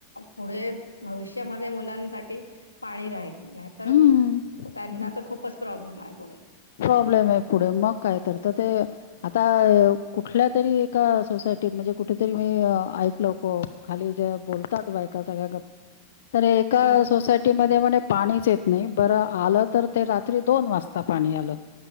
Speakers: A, on the left; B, on the left.
A: पुढे भविष्यामध्ये मुलांसाठी पाणी राहील नाहीतर
B: हं.
A: त्यांना तर खूपच प्रॉब्लेम आहे पुढे
B: प्रॉब्लेम आहे पुढे मग काय तर... तर ते आता कुठल्या तरी एका सोसाय यटीत म्हणजे कुठेतरी मी ऐकलं खाली जे बोलतात बायका सगळ्या गप तर एका
A: हम्म
B: सोसायटीमध्ये म्हणे पाणीच येत नाही... बरं आलं तर ते रात्री दोन वासता पाणी आलं मग